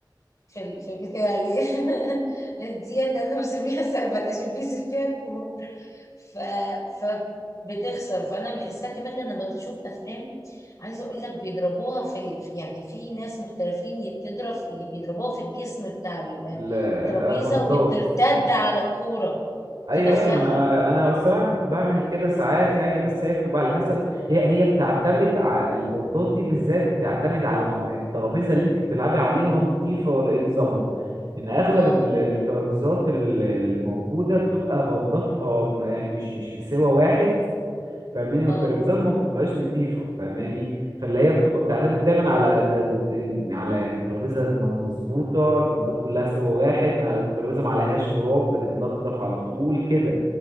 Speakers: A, on the left (about 45°); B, on the right (about 65°).
A: في ال- في البيت العيلية <laughs> ديت أنا بسميها سهبت عشان بينزل فيها الكورة ف... فبتخسر فأنا بحسها كمان ده أنا بشوف أفلام عايزة أقول لك بيضربوها في ال... يعني في ناس محترفين بتضرب بيضربوها في الجسم بتاع
B: ال-
A: الترابيزة
B: آه، بندات
A: وترتد على الكورة
B: ايوه
A: تدخلها
B: ايوه ما انا انا الصراحه كنت بعمل كده ساعات يعني بس هي بتبقى على حسب هي هي بتعتمد على البندات دي بالذات بتعتمد على نوع الترابيزه اللي انت بتلعبي عليها نظيفه ولا ايه نظامها ان اغلب
A: اه
B: ال- الترابيزات ال- اللي موجوده بتبقى بنداتها م- يعني مش مش في سوى واحد فاهماني
A: اه
B: والترابيزات ما بتبقاش نضيفة فاهماني فاللي هي بتبقى بتعتمد دايما على د- د- إن- على يعني الترابيزة ما مظبوطة البندات كلها سوا واحد ما- الترابيزة ما عليهاش تراب بتتنضف على طول كده